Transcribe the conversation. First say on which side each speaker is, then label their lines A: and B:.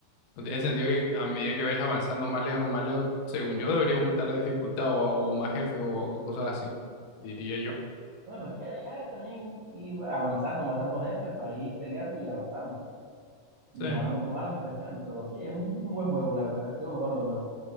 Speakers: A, on the left; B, on the right.
A: no tiene sentido que a medida que vayas avanzando más lejos, más lejos, según yo, debería aumentar la dificultad o, o más jefes o, o cosas así, diría yo.
B: Bueno, es que ya también ir avanzando, matando jefes para ir peleando y avanzando, mejorando
A: Sí.
B: tus armas y cuestiones. Pero sí, es un, un buen juego, la verdad. Quiero jugarlo de nuevo.